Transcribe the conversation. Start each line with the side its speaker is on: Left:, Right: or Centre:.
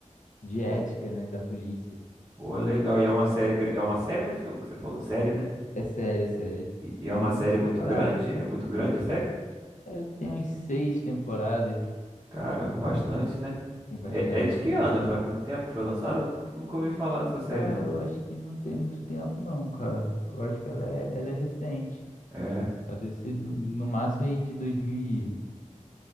Left: de ética,
Right: Pô,
Left: né, da polícia.
Right: pô, legal. E é uma série, gr- é uma série ou é um filme que você falou? Série, né?
Left: É série, é série.
Right: E, e é
Left: Tem
Right: uma
Left: algumas
Right: série
Left: temporadas.
Right: muito grande? É muito grande a série?
Left: É, tem umas seis temporadas.
Right: Caramba, bastante, né?
Left: Tem bastante,
Right: É, é de que
Left: tem
Right: ano?
Left: bastante.
Right: Faz muito tempo que foi lançada? Nun- Nunca ouvi falar nessa série,
Left: Cara,
Right: não.
Left: eu acho que não tem muito tempo, não, cara. Eu acho que ela é, ela é recente.
Right: É.
Left: Ela deve ser do- no máximo aí de dois mil e